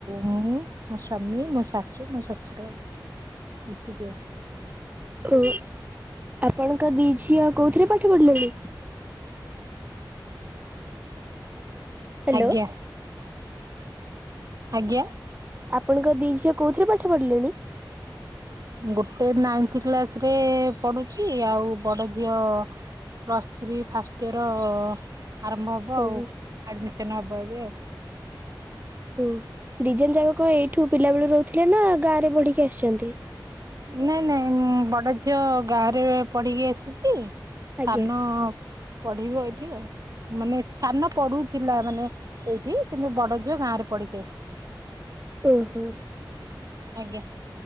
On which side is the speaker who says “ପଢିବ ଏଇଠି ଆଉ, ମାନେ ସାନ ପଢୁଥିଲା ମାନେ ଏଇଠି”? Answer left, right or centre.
Right